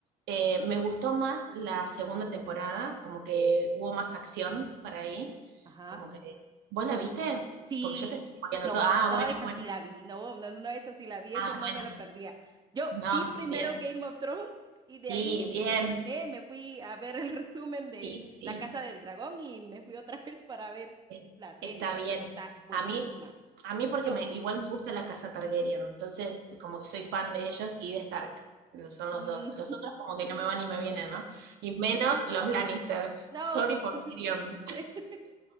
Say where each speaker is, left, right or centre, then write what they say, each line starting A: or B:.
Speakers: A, on the right; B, on the right.
A: Eh, me gustó más la segunda temporada, como que hubo más acción para ahí,
B: Ajá.
A: como que... ¿Vos la viste?
B: Sí.
A: Porque yo te estoy poniendo
B: No,
A: todo.
B: eh,
A: Ah,
B: no,
A: bueno,
B: esa
A: bueno,
B: sí la vi. No, no, no, esa sí la vi.
A: ah,
B: Eso no
A: bueno.
B: me lo perdía. Yo
A: No,
B: vi
A: está
B: primero
A: bien.
B: Game of Thrones y de
A: Sí,
B: ahí
A: bien.
B: me terminé, me fui a ver el <laughs> resumen de
A: Sí, sí,
B: La Casa del Dragón y me fui otra <laughs> vez para ver
A: es-
B: la serie.
A: está bien.
B: Está buenísima.
A: A mí, a mí porque
B: No,
A: me, igual me gusta la casa Targaryen, entonces como que soy fan de ellos y de Stark. lo- Son los
B: mm,
A: dos. Los
B: <laughs>
A: otros como que no me van ni me vienen, ¿no? Y menos los Lannister.
B: no,
A: Sorry por
B: <laughs>
A: Tyrion.
B: me